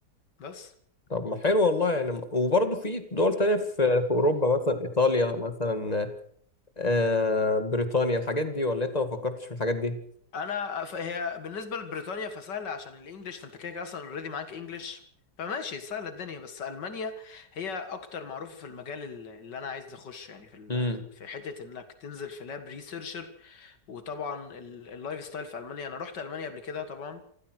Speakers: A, on the left (about 85°); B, on the left (about 25°).
A: بس
B: طب ما حلو والله يعني وبرضه في دول تانية في في أوروبا مثلا إيطاليا مثلا آه بريطانيا الحاجات دي ولا أنت ما فكرتش في الحاجات دي؟
A: انا ف- هي بالنسبه لبريطانيا فسهله عشان الانجليش فانت كده كده اصلا اوريدي معاك انجليش فماشي سهله الدنيا بس المانيا هي اكتر معروفه في المجال ال- اللي انا عايز اخشه يعني في ال-
B: امم
A: في حته انك تنزل في لاب ريسيرشر وطبعا ال- اللايف ستايل في المانيا انا رحت المانيا قبل كده طبعا